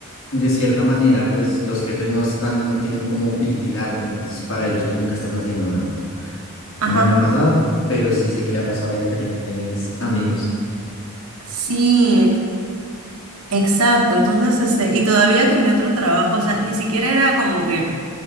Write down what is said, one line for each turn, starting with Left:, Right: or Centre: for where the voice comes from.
Left: de cierta manera, pues los jefes no están, no tienen como vigilarte, entonces para ellos tú nunca estás haciendo nada.
Right: Ajá.
Left: No me ha pasado, pero sí sé que le ha pasado a diferentes amigos.
Right: Sí. Exacto, entonces, este, y todavía que mi otro trabajo, o sea, ni siquiera era como que